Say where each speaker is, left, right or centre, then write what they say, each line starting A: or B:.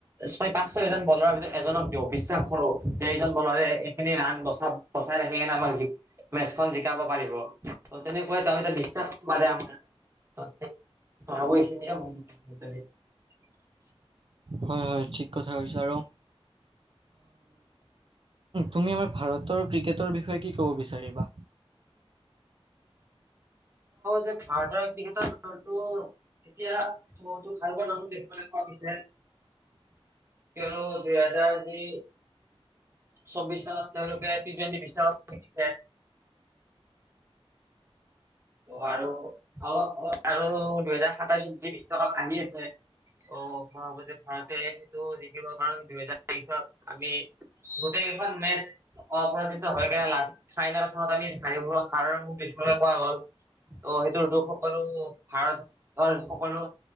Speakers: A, on the right (about 25°); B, on the right (about 55°).
A: ছয় পাঁচ ছয়জন বলাৰৰ ভিতৰত এজনক দিওঁ বিশ্বাস কৰো। চাৰিজন বলাৰে এইখিনি ৰাণ বচ বচাই ৰাখিনে আমাক জ মেচখন জিকাব পাৰিব তেনেকুৱাই ত' আমি ত' বিশ্বাস পাদে <unintelligible> আমাৰ ত বখ <unintelligible>
B: হয় হয় ঠিক কথা কৈছা, আৰু তুমি আমাৰ ভাৰত ক্ৰিকেটৰ বিষয়ে কি ক'ব বিচাৰিবা?
A: যে ভাৰতৰ ক্ৰিকেটৰ <unintelligible> এতিয়া বহুতো ভালোৱা নটো দেখিব তেওঁৰো দুহাজাৰ দি চৌবিশ চনত তেওঁলোকে টি টুৱেণ্টি বিশ্বকাপ জিকিছে। অ', আৰু অ', আৰু দুহেজাৰ সাতাইশত যি বিশ্বকাপ আহি আছে অ', মহজ ভাৰতে সেইটো জিকিব কাৰণ দুহেজাৰ তেইশত আমি গোটেই খন মেচ অপৰাজিত হয়কিনে ফাইনেলখনত আমি হাৰিবলৈ হাৰৰ মুখ দেখিবলৈ পোৱা গ'ল। ত' সেইটোৰ দুখ সকলো ভাৰতৰ সকলো